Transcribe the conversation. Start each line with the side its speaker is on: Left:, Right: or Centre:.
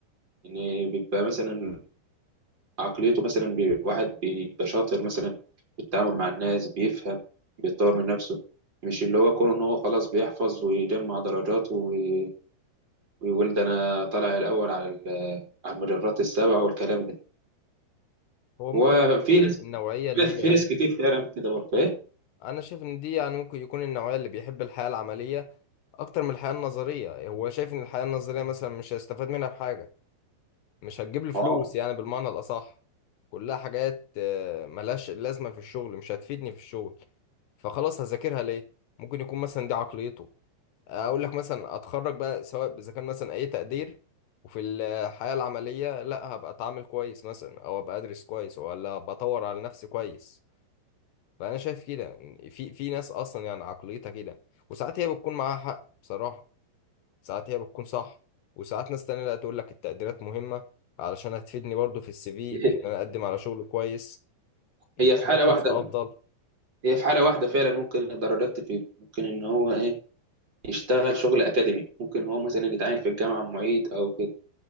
Right: يعني بيبقى مثلا عقليته مثلا بي- واحد بيبقى شاطر مثلا في التعامل مع الناس بيفهم بيطور من نفسه مش اللي هو كونه إن هو خلاص بيحفظ ويجمع درجات و- ويقول ده أنا طالع الأول على ال- على المدرات السبعة والكلام ده
Left: هو
Right: وفي
Left: ممكن يكون دي
Right: ناس
Left: النوعيه اللي
Right: في ناس
Left: هي
Right: في
Left: ايه
Right: ناس كتير فعلا كده برضه إيه؟
Left: انا شايف ان دي يعني ممكن يكون النوعيه اللي بيحب الحياه العمليه اكتر من الحياه النظريه هو شايف ان الحياه النظريه مثلا مش هيستفاد منها بحاجه مش هتجيب له فلوس
Right: آه.
Left: يعني بالمعنى الاصح كلها حاجات آه، ملهاش لازمه في الشغل مش هتفيدني في الشغل فخلاص هذاكرها ليه ممكن يكون مثلا دي عقليته اقول لك مثلا اتخرج بقى سواء اذا كان مثلا اي تقدير وفي الحياه العمليه لا هبقى اتعامل كويس مثلا او ابقى ادرس كويس ولا بطور على نفسي كويس فانا شايف كده يعني في في ناس اصلا يعني عقليتها كده وساعات هي بتكون معاها حق بصراحه ساعات هي بتكون صح وساعات ناس تانية لا تقول لك التقديرات مهمه علشان هتفيدني برضو في السي في
Right: <laughs>
Left: بان انا اقدم على شغل كويس يبقى
Right: هي في حالة
Left: ليا
Right: واحدة
Left: فرصه افضل
Right: هي في حالة واحدة فعلا ممكن الدرجات تفيده ممكن إن هو إيه يشتغل شغل أكاديمي ممكن هو مثلا يتعين في الجامعة معيد أو كده